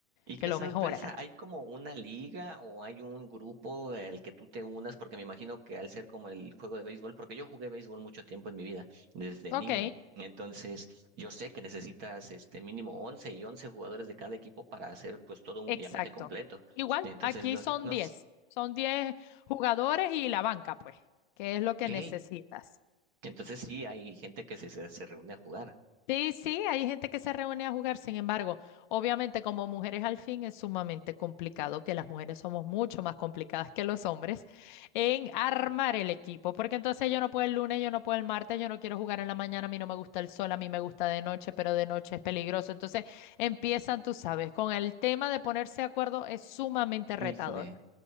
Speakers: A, on the right (about 35°); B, on the left (about 50°).
A: Y
B: que
A: qué
B: lo
A: sorpresa,
B: mejora.
A: ¿hay como una liga o hay un grupo al que tú te unas? Porque me imagino que al ser como el juego de béisbol, porque yo jugué béisbol mucho tiempo en mi vida, desde
B: Ok,
A: niño. Entonces, yo sé que necesitas este mínimo 11 y 11 jugadores de cada equipo para hacer pues todo un
B: exacto.
A: diamante completo.
B: Igual,
A: Entonces,
B: aquí
A: no,
B: son
A: no
B: diez
A: sé.
B: son diez jugadores y la banca, pues, que es lo
A: Ok.
B: que necesitas.
A: Entonces sí, hay gente que se, se, se reúne a jugar.
B: Sí, sí, hay gente que se reúne a jugar, sin embargo, obviamente como mujeres al fin es sumamente complicado, que las mujeres somos mucho más complicadas que los hombres en armar el equipo, porque entonces yo no puedo el lunes, yo no puedo el martes, yo no quiero jugar en la mañana, a mí no me gusta el sol, a mí me gusta de noche, pero de noche es peligroso. Entonces empiezan, tú sabes, con el tema de ponerse de acuerdo es sumamente
A: Híjole.
B: retador.